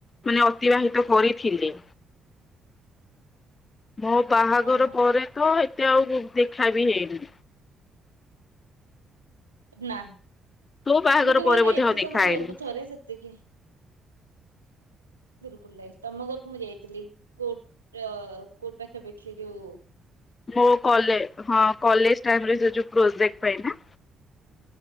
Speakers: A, on the left; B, on the right.
A: ମାନେ ଅତିବାହିତ କରିଥିଲେ। ମୋ ବାହାଘର
B: ହଁ ହଁ
A: ପରେ ତ ଏତେ ଆଉ ଦେଖା ବି ହେଇନି।
B: ନା
A: ତୋ ବାହାଘର
B: ମୁଁ କେବଳ
A: ପରେ ବୋଧେ
B: ଯାଇଥିଲି
A: ଆଉ ଦେଖା
B: ତମ
A: ହେଇନି।
B: ଘରକୁ ଥରେ ସେତିକି। ବିଲକୁଲ ନାଇ ତମ ଘରକୁ ମୁଁ ଯାଇଥିଲି କୋଟ କୋର୍ଟ ପାଖାପାଖି ଯୋଉ
A: ମୋ ହଁ କଲେଜ ଟାଇ ଯ ପ୍ରୋଜେକ୍ଟ ପାଇଁ